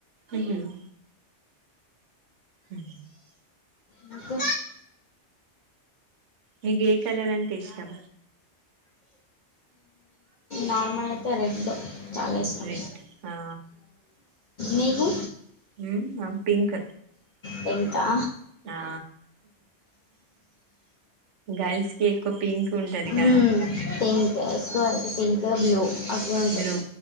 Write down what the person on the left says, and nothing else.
నాకు
నార్మల్ అయితే రెడ్డు చాలా ఇష్టం
మీకు
పింకా
ఊ పింక్ ఎక్కువ పింక్ బ్లూ అవి ఉంటాయి